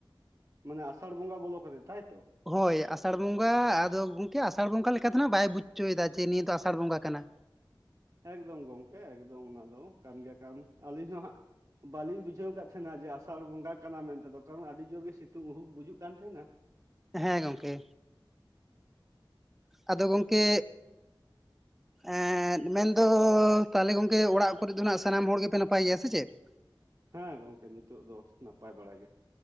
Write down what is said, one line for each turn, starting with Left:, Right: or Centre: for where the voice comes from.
Right: ᱢᱟᱱᱮ ᱟᱥᱟᱲ ᱵᱚᱸᱜᱟ ᱵᱚᱞᱚ ᱠᱟᱛᱮᱫ ᱛᱟᱭᱛᱚ?
Centre: ᱦᱳᱭ ᱟᱥᱟᱲ ᱵᱚᱸᱜᱟ ᱟᱫᱚ ᱜᱚᱝᱠᱮ ᱟᱥᱟᱲ ᱵᱚᱸᱜᱟ ᱞᱮᱠᱟ ᱫᱚ ᱱᱟᱱᱟᱜ ᱵᱟᱭ ᱵᱩᱪᱷ ᱪᱚᱭ ᱫᱟ ᱪᱮ ᱱᱤᱭᱟᱹ ᱫᱚ ᱟᱥᱟᱲ ᱵᱚᱸᱜᱟ ᱠᱟᱱᱟ᱾
Right: ᱮᱠᱫᱚᱢ ᱜᱚᱝᱠᱮ ᱮᱠᱫᱚᱢ ᱚᱱᱟ ᱫᱚ ᱠᱟᱱ ᱜᱮᱭᱟ ᱠᱟᱱ ᱟᱹᱞᱤᱧ ᱦᱚᱸ ᱦᱟᱜ ᱵᱟᱹᱞᱤᱧ ᱵᱩᱡᱷᱟᱹᱣ ᱠᱟᱜ ᱛᱟᱦᱮᱸᱱᱟ ᱡᱮ ᱟᱥᱟᱲ ᱵᱚᱸᱜᱟ ᱠᱟᱱᱟ ᱢᱮᱱᱛ ᱫᱚ ᱠᱟᱨᱚᱱ ᱟᱹᱰᱤ ᱡᱳᱨ ᱜᱮ ᱥᱤᱛᱩᱝ ᱩᱦᱩᱠ ᱵᱩᱡᱩᱜ ᱠᱟᱱ ᱛᱟᱦᱮᱸᱱᱟ
Centre: ᱦᱮᱸ ᱜᱚᱢᱠᱮ ᱟᱫᱚ ᱜᱚᱢᱠᱮ ᱮᱸᱫ ᱢᱮᱱᱫᱚ ᱛᱟᱦᱚᱞᱮ ᱜᱚᱝᱠᱮ ᱚᱲᱟᱜ ᱠᱚᱨᱮ ᱫᱚ ᱱᱟᱜ ᱥᱟᱱᱟᱢ ᱦᱚᱲ ᱜᱮᱯᱮ ᱱᱟᱯᱟᱭ ᱜᱮᱭᱟ ᱥᱮ ᱪᱮᱫ? <unintelligible>
Right: ᱦᱮᱸ ᱜᱚᱝᱠᱮ ᱱᱤᱛᱳᱜ ᱫᱚ ᱱᱟᱯᱟᱭ ᱵᱟᱲᱟ ᱜᱮ᱾